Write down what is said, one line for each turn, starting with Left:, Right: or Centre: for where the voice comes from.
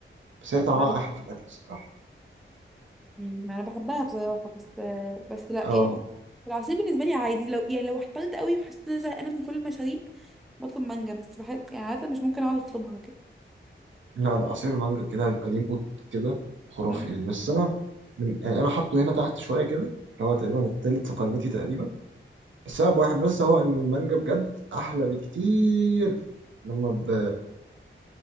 Right: بس هي طعمها
Centre: عارف.
Right: أحلى في الأكل الصراحة
Centre: مم، انا بحبها بصراحه بس بس لا
Right: أه
Centre: يعني العصير بالنسبه لي عادي لو يعني لو احترت قوي وحسيت ان انا زهقانه من كل المشاريب بطلب مانجا بس بحب يعني عاده مش ممكن اقعد اطلبها كده
Right: لا لا عصير المانجا كده هيبقى ليه مود كده خرافي
Centre: مم.
Right: يعني بس انا من يعني انا حاطه هنا تحت شويه كده اللي هو تقريبا التالت في قائمتي تقريبا بسبب واحد بس هو ان المانجا بجد احلى بكتير لما ب...